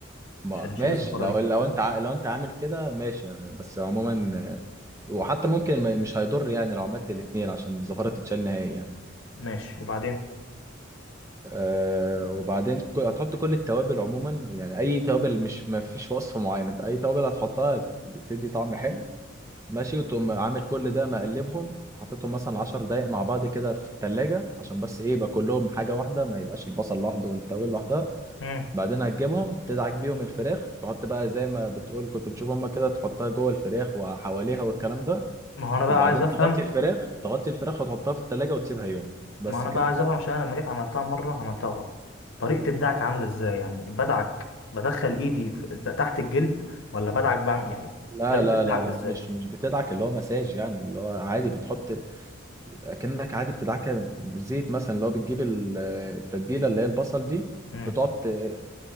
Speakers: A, on the right (about 15°); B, on the left (about 75°).
A: ما
B: عشان نشيل
A: ماشي
B: الزفارة
A: لو
B: دي
A: لو انت ع- لو انت عامل كده ماشي يعني بس عموما آه، وحتى ممكن ما- مش هيضر يعني لو عملت الاتنين عشان الزفارة تتشال نهائي يعني
B: ماشي وبعدين
A: أه وبعدين ك- هتحط كل التوابل عموما يعني اي توابل مش ما فيش وصفة معينة انت اي توابل هتحطها بتدي طعم حلو ماشي وتقوم عامل كل ده مقلبهم حطيتهم مثلا 10 دقايق مع بعض كده في التلاجة عشان بس ايه يبقى كلهم حاجة واحدة ما يبقاش البصل لوحده والتوابل لوحدها
B: مم.
A: بعدين هتجيبهم تدعك بيهم الفراخ تحط بقى زي ما بتقول كنت بتشوف هما كده تحطها جوه الفراخ وحواليها والكلام ده
B: ما هو أنا بقى
A: وبعدين
B: عايز أفهم
A: تغطي الفراخ تغطي الفراخ وتحطها في التلاجة وتسيبها يوم بس
B: ما أنا
A: كده
B: بقى عايز أفهم عشان أنا لما جيت عملتها مرة عملتها غلط طريقة الدعك عاملة إزاي يعني بدعك بدخل إيدي في- ت- تحت الجلد ولا بدعك بعمل يعني
A: لا
B: طريقة
A: لا
B: الدعك
A: لا لا
B: إزاي
A: مش مش بتدعك اللي هو مساج يعني اللي هو عادي بتحط اكنك عادي بتدعكه زيت مثلا اللي هو بتجيب ال- التتبيله اللي هي البصل دي
B: مم.
A: بتقعد ت-